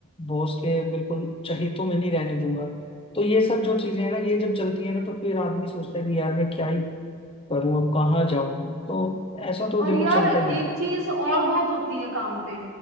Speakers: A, on the left; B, on the right.
A: बॉस के बिल्कुल चहेतों में नहीं रहने दूंगा तो ये सब जो चीजें हैं ना ये जब चलती है ना तो फिर आदमी सोचता है कि यार मैं क्या ही करूँ अब कहाँ जाऊँ तो ऐसा तो
B: और
A: देखो
B: यार
A: चलता
B: एक
A: ही है
B: चीज और बहुत होती है काम पे